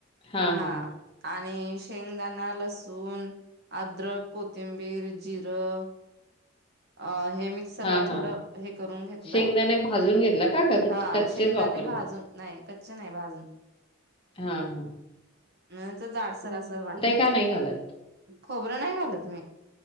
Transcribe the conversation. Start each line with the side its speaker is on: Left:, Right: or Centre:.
Left: हां,
Right: हा.
Left: हां,
Right: आणि शेंगदाणा, लसण, अद्रक, कोथिंबीर, जिरं. अ हे मी मिक्सर
Left: हां,
Right: ला थोड
Left: हां.
Right: हे करून घेतलं.
Left: शेंगदाणे भाजून घेतला का? का कच
Right: हा
Left: कच्चेच
Right: शेंगदाने
Left: वापरला?
Right: भाजून नाही, कच्चे नाही, भाजून.
Left: हम्म, हा.
Right: हम्म, जाडसर अस वाटत,
Left: का नाही घालत?
Right: खोबरं नाही घाल मी.